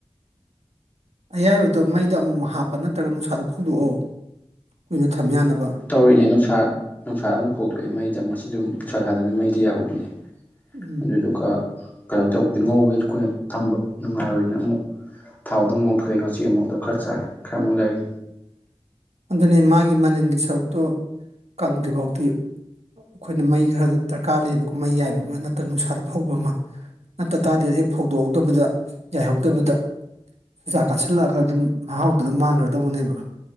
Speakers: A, on the right (about 80°); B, on the left (about 15°).
A: ꯑꯌꯥꯏꯕꯗꯨꯣ ꯃꯩꯗ ꯑꯃꯨꯛꯨꯛ ꯍꯥꯞꯄ ꯅꯠꯇ꯭ꯔꯒ ꯅꯨꯡꯁꯥꯗ ꯐꯧꯗꯣꯛꯑꯣ ꯀꯨꯏꯅ ꯊꯝ ꯌꯥꯅꯕ
B: ꯇꯧꯔꯤꯅꯦ ꯅꯨꯡꯁꯥ ꯅꯨꯡꯁꯥꯗ ꯑꯃꯨꯛ ꯐꯧꯗꯣꯛꯑꯦ ꯃꯩꯗ ꯑꯃꯨꯛ ꯁꯤꯁꯨ ꯅꯨꯡꯁꯥ ꯁꯥꯗꯕꯅꯤ ꯃꯩ ꯗꯍꯨꯕ
A: ꯎꯝ
B: ꯑꯗꯨꯗꯨꯒ ꯀꯩꯅꯣ ꯇꯧꯕꯗꯤ ꯉꯧꯕ ꯀꯨꯏꯅ ꯊꯝꯕ ꯅꯨꯡꯉꯥꯏꯔꯣꯏꯅ ꯑꯃꯨꯛ ꯊꯥꯎꯗ ꯑꯃ ꯂꯣꯡꯊꯣꯛꯑꯦ ꯉꯁꯤ ꯑꯃꯨꯛꯗ ꯈꯔ ꯆꯥꯔꯦ ꯈꯔꯃꯨꯛ ꯂꯩꯔꯤ
A: ꯑꯗꯨꯅꯤ ꯃꯥꯒꯤ ꯃꯅꯤꯡꯜꯒꯤ ꯁꯔꯨꯛꯇꯣ ꯀꯪꯗ꯭ꯔꯤꯐꯥꯎꯗꯤꯤ ꯑꯩꯈꯣꯏꯅ ꯃꯩ ꯈꯔ ꯗꯔꯀꯥꯔ ꯂꯩꯌꯦꯕꯀꯣ ꯃꯩ ꯌꯥꯏꯕ ꯑꯃ ꯅꯠꯇ꯭ꯔꯒ ꯅꯨꯡꯁꯥꯗ ꯐꯧꯕ ꯑꯃ ꯅꯠꯇ ꯇꯥꯔꯗꯤ ꯍꯦꯛ ꯐꯧꯗꯣꯛꯍꯧꯗꯕꯗ ꯌꯥꯏꯍꯧꯗꯕꯗ ꯆꯩꯖꯥꯛ ꯀꯥꯁꯤꯜꯂꯛꯑꯒ ꯑꯗꯨꯝ ꯃꯍꯥꯎꯗꯨ ꯑꯗꯨꯝ ꯃꯥꯡꯈ꯭ꯔ ꯇꯧꯕꯅꯦꯕ